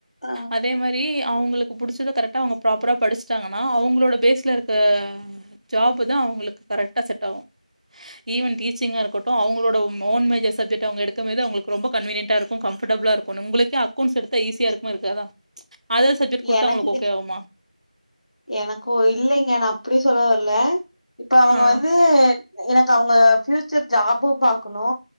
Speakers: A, on the left; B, on the right.
A: ஆ
B: அதே மாரி அவங்களுக்கு புடிச்சத கரெக்ட்டா அவங்க ப்ராப்பரா படிச்சிட்டாங்கன்னா அவங்களோட பேஸ்ல இருக்க ஜாப் தா அவங்களுக்கு கரெக்ட்டா செட் ஆகு ஈவன் டீச்சிங்கா இருக்கட்டும அவங்களோட ம் ஓன் மேஜஸ் சப்ஜெக்ட் அவங்க எடுக்கமேது அவங்களுக்கு ரொம்ப கன்வீனியன்ட்டா இருக்கு கம்ஃபர்டபுளா இருக்கு நுங்களுக் கே அக்கோண்ட்ஸ் எடுத்தா ஈஸியா இருக்குமா இருக்காதா அதர் சப்ஜெக்ட் குடுத்தா
A: எனக்கு
B: உங்களுக்கு ஓகே ஆகுமா
A: எனக்கு இல்லைங்க நா அப்டி சொல்ல வர்ல இப்போ அவங்க
B: ஆ
A: வந்து எனக்கு அவங்க பியூச்சர் ஜாப்பு பாக்கணு